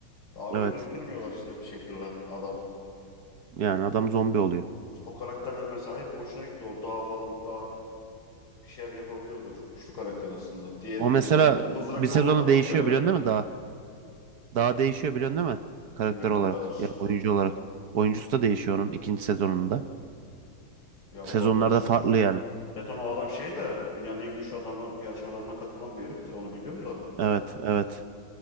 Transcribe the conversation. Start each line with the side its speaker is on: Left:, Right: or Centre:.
Left: daha öldürtmüyorlar
Right: Evet.
Left: işte bir şekilde adamı.
Right: Yani adam zombi oluyor.
Left: O karakterler mesela hep boşuna gitti. O dağ falan daha bir şeyler yapabilirdi. O çok güçlü karakter aslında. Diğeri
Right: O mesela
Left: de işte m- mızraklı
Right: bir sezonda
Left: olanı da pek
Right: değişiyor
Left: göremedik.
Right: biliyorsun değil mi daha? Daha değişiyor biliyorsun değil mi? Karakter
Left: Bilmiyorum
Right: olarak.
Left: o kadar.
Right: Ya oyuncu olarak. Oyuncusu da değişiyor onun ikinci sezonunda.
Left: Ya
Right: Sezonlarda
Left: olabilir.
Right: farklı yani.
Left: Zaten o adam şey de dünyanın en güçlü adamı yarışmalarına katılan bir herif de onu biliyorum da.
Right: Evet, evet.